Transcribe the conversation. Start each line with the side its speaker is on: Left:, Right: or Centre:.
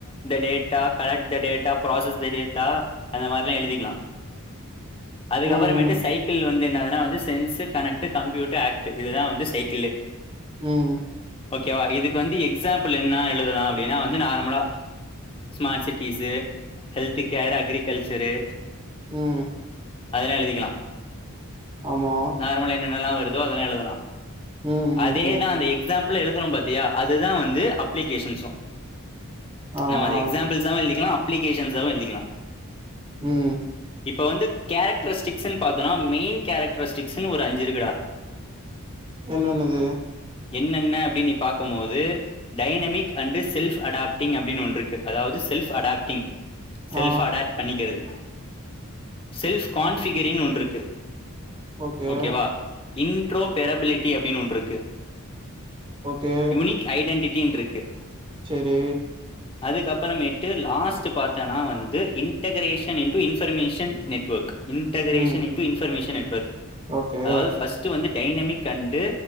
Left: இந்த data collect the data process the data அந்த மாரிலா எழுதிக்கலா அதுக்கப்புறமேட்டு
Right: ம் ம்
Left: சைக்கிள் வந்து ஏன்னா அதுனா வந்து சென்ஸ் கனெக்ட் கம்ப்யூட்டர் ஆக்ட் இதுதா வந்து சைக்கிளே
Right: உம்
Left: ஓகேவா இதுக்கு வந்து எக்ஸாம்பிள் என்ன எழுதலா அப்டின்னா வந்து நார்மலா smart cities health care agriculture சரி
Right: உம்
Left: அதெல்லா எழுதிக்கலா
Right: ஆமா
Left: நார்மலா என்னன்னல்லா வரு ஏதோ அதெல்லா எழுதலா
Right: உம் உம்
Left: அதேதா
Right: உம்
Left: அந்த எக்ஸாம்பிள் எழுதுறோ பாத்தியா அதுதா வந்து அப்ளிகேஷன்ஸும்
Right: ஆ
Left: நம்ம அத
Right: ஆ
Left: எக்ஸாம்பிள்ஸாவு எழுதிக்கலா அப்ளிகேஷன்ஸாவு எழுதிக்கலா
Right: உம்
Left: இப்ப வந்து கேரக்டர்ஸ்டிக்ஸ்ன்னு பாத்தோனா மெயின் கேரக்டர்ஸ்டிக்ஸ்ன்னு ஒரு அஞ்சு இருக்குடா
Right: என்னன்னது
Left: என்னென்ன அப்டின்னு நீ பாக்கும்போது டைனமிக் அண்டு் செல்ஃப் அடாஃப்டிங் அப்டின்னு ஒன்று இருக்கு அதாவது செல்ப் அடாப்டிங் செல்ஃப்
Right: ஆ
Left: அடாப்ட் பண்ணிக்கிறது செல்ஃப் கான்ஃபிகரிங்னு ஒன்று இருக்கு
Right: ஓகே
Left: ஓகேவா இன்ட்ரோபெரபிலிட் கீ அப்டின்னு ஒன்று இருக்கு
Right: ஓகே
Left: யூனிக் ஐடெண்ட்டிட் டீம் இருக்கு
Right: செரி
Left: அதுக்கப்புறமேட்டு லாஸ்ட் பாத்தோனா வந்து இன்டகரேஷன் இன்டூ இன்ஃபர்மேஷன் நெட்வர்க் integration
Right: ம்
Left: into information network
Right: okay
Left: அதாவது ஃபஸ்ட் வந்து டைனமிக் அண்டு